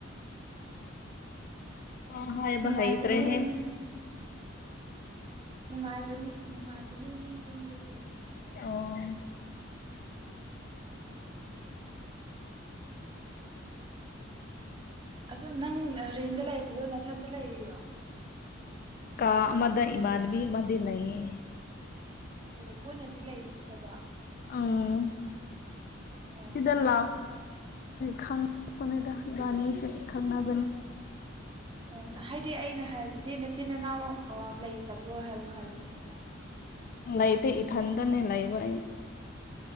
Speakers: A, on the left; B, on the right.
A: ꯑ ꯍ ꯍꯥꯏꯕ
B: ꯅꯨꯡꯉꯥꯏꯕꯅꯦ
A: ꯍꯩꯇ꯭ꯔꯦꯍ‌ꯦ
B: ꯅꯨꯡꯉꯥꯏꯕꯅꯦ ꯅꯨꯡꯉꯥꯏꯕꯅꯦ ꯃꯤ ꯄꯨꯟꯕꯁꯦ
A: ꯑꯣ
B: ꯑꯗ ꯅꯪ ꯔꯦꯟꯗ ꯂꯩꯕꯗꯣ ꯅꯊꯟꯇ ꯂꯩꯔꯤꯔꯣ
A: ꯀꯥ ꯑꯃꯗ ꯏꯃꯥꯟꯕꯤ ꯑꯃꯗꯤ ꯂꯩꯌꯦ
B: ꯑꯣ ꯄꯨꯟꯅꯗꯤ ꯂꯩꯇꯕ
A: ꯎꯝ
B: ꯑꯣ
A: ꯁꯤꯗꯂ ꯈꯪ ꯄꯅꯗ ꯏꯕꯥꯅꯤꯁꯦ ꯈꯪꯅꯕꯅꯤ
B: ꯑꯣ ꯍꯥꯏꯗꯤ ꯑꯩꯅ ꯍꯥꯏꯕꯗꯤ ꯅꯆꯤꯟ ꯏꯅꯥꯎ ꯂꯩꯇꯕ꯭ꯔꯣ ꯍꯥꯏꯕ ꯍꯥꯏꯕꯅꯤꯗ
A: ꯂꯩꯇꯦ
B: ꯅꯊꯟꯇ
A: ꯏꯊꯟꯗꯅꯦ ꯂꯩꯕ